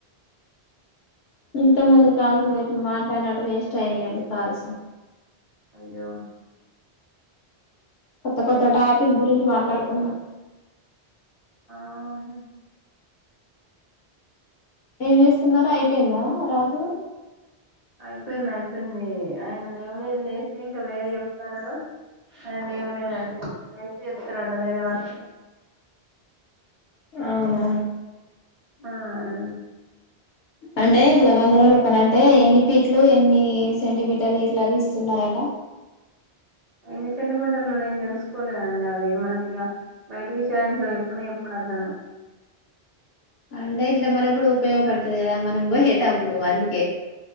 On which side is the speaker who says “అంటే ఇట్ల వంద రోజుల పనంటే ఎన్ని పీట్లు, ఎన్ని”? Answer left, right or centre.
Left